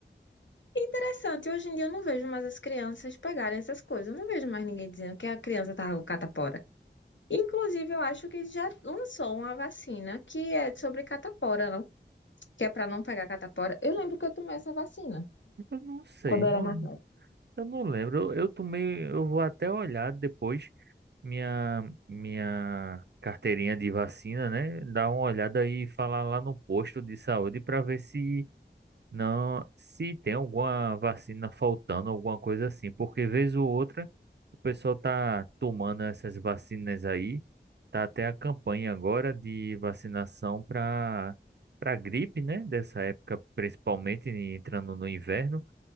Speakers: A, on the left; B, on the right.
A: Interessante, hoje em dia eu não vejo mais as crianças pegarem essas coisas. Eu não vejo mais ninguém dizendo que a criança tá com catapora. Inclusive, eu acho que já lançou uma vacina que é sobre catapora, não? que é para não pegar catapora. Eu lembro que eu tomei essa vacina
B: Eu não sei,
A: quando eu
B: não,
A: era mais nova.
B: eu não lembro. Eu, eu tomei, eu vou até olhar depois minha minha carteirinha de vacina, né? Dar uma olhada e falar lá no posto de saúde para ver se Não, se tem alguma vacina faltando, alguma coisa assim, porque vez ou outra o pessoal tá tomando essas vacinas aí, tá até a campanha agora de vacinação para para gripe, né? Dessa época, principalmente entrando no inverno,